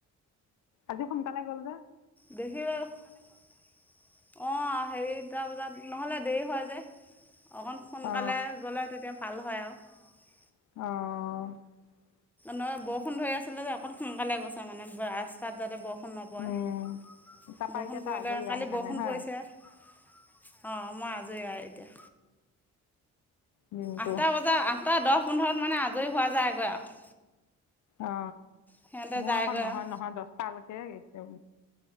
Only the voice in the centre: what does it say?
দেখিলো অ, হেৰি তাৰপিজাত নহ'লে দেৰি হয়। যে অকণ সোনকালে
গ'লে তেতিয়া ভাল হয় আৰু।
নহয় বৰষুণ ধৰি আছিলে যে অকণ সোনকালে গৈছে মানে ৰাস্তাত যাতে বৰষুণ বৰষুণ নপৰে
বৰষুণ
পৰিলে
কালি
বৰষুণ
পৰিছে অ, মই আজৰি আৰু এতিয়া।
আঠটা বজাত আঠটা দহ পোন্ধৰত মানে আজৰি হোৱা যায়গৈ আৰু
সিহঁতে
যায়গৈ
আৰু